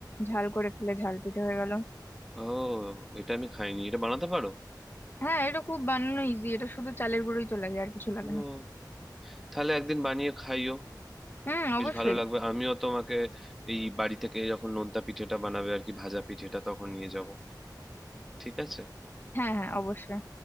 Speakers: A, on the left; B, in the centre.
A: ঝাল করে খেলে ঝাল পিঠে হয়ে গেল
B: ও এটা আমি খাইনি এটা বানাতে পারো
A: হ্যাঁ এটা খুব বানানো ইজি এটা শুধু চালের গুঁড়োই তো লাগে আর কিছু লাগে
B: ও
A: না
B: তাহলে একদিন বানিয়ে খাইও
A: হুম
B: বেশ
A: অবশ্যই
B: ভালো লাগবে আমিও তোমাকে এই বাড়ি থেকে যখন নোনতা পিঠেটা বানাবে আর কি ভাজা পিঠেটা তখন নিয়ে যাব ঠিক আছে
A: হ্যাঁ হ্যাঁ অবশ্যই